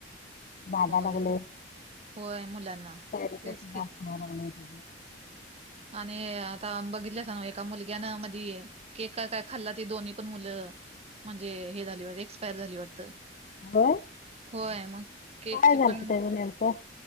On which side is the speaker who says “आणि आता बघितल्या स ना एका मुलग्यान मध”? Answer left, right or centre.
Right